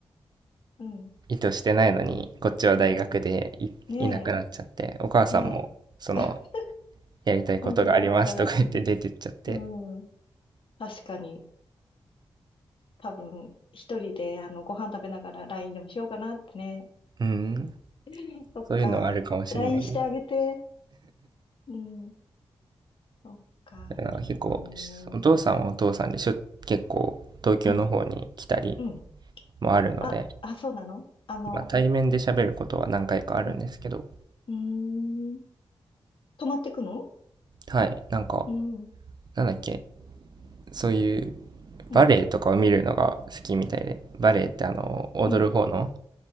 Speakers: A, on the left (about 55°); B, on the right (about 45°).
A: うん、
B: 意図してないのに、こっちは大学でい、
A: うん。ね
B: いなくなっちゃって、お母さんも、
A: え、ねえ。
B: その、
A: <laughs>
B: やりたいことがありますとか言って出てっちゃって、
A: 本当だ、本当だ。うん。確かに、多分、一人で、あの、ご飯食べながら LINE でもしようかなってね。
B: うん、
A: <laughs> そっか。
B: そういうのはあるかもしれないです。
A: LINE してあげて。うん。そっか、
B: だから結構、
A: なるほどね。
B: お父さんはお父さんでしょ、結構東京の方に来たり
A: うん、うん。
B: もあるので、
A: あ、あ、そうなのあの、
B: まあ、対面で喋ることは何回かあるんですけど、
A: うん。うーん。泊まってくの
B: はい、なんか、
A: うん、
B: なんだっけ、そういう
A: うん、
B: バレエとかを見るのが好きみたいで、バレエってあの、踊る方の、
A: うん。